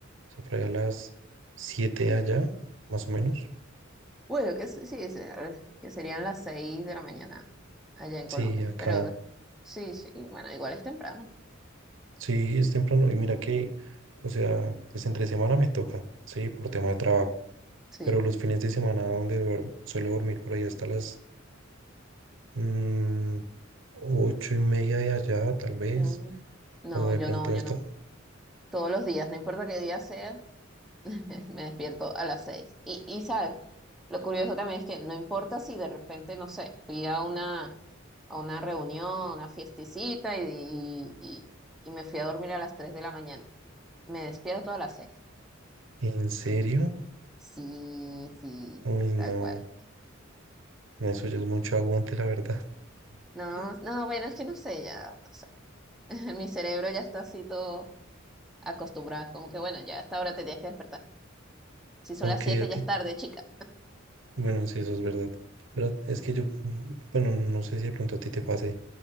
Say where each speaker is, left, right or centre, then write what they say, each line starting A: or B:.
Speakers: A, on the right; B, in the centre.
A: O sea, por ahí a las siete allá, más o menos.
B: Bueno, que s- sí, se- que serían las seis de la mañana allá en
A: Sí,
B: Colombia,
A: acá.
B: pero sí, sí, bueno, igual es temprano,
A: Sí, es temprano. Y mira que, o sea, es entre semana me toca, sí, por tema de trabajo.
B: sí.
A: Pero los fines de semana donde duermo, suelo dormir por ahí hasta las mm, ocho y media de allá, tal vez.
B: Ujú. No,
A: O de
B: yo
A: pronto
B: no, yo
A: hasta.
B: no. Todos los días, no importa qué día sea, <laughs> Me despierto a las seis. Y, y sabes, lo curioso también es que no importa si de repente, no sé, fui a una, a una reunión, a una fiestecita y, y, y me fui a dormir a las tres de la mañana. Me despierto a las seis.
A: ¿En serio?
B: Sí, sí,
A: Uy, no.
B: tal cual.
A: Eso ya es mucho aguante, la verdad.
B: No,
A: <laughs>
B: no, bueno, es que no sé, ya, no sé. <laughs> Mi cerebro ya está así todo acostumbrado. es Como que bueno, ya a esta hora tenías que despertar. Si son
A: Aunque
B: las siete,
A: a ti,
B: ya es tarde, chica.
A: Bueno, sí, eso es verdad. Pero es que yo, mm, bueno, no sé si de pronto a ti te pase,